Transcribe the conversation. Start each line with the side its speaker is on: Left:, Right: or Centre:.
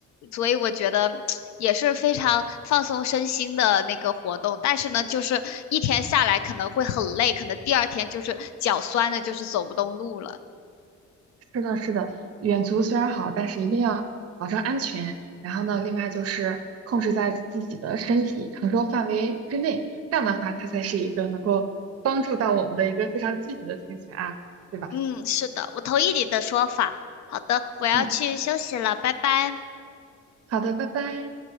Left: 所以我觉得也是非常放松身心的那个活动。但是呢，就是一天下来可能会很累，可能第二天就是脚酸的，就是走不动路了。
Right: 是的，是的，远足虽然好，但是一定要保证安全。然后呢，另外就是控制在自己的身体承受范围之内，这样的话，它才是一个能够帮助到我们的一个非常积极的兴趣爱好，对吧？
Left: 嗯，是的，我同意你的说法。好的，我要去休息了，
Right: 嗯，
Left: 拜拜。
Right: 好的，拜拜。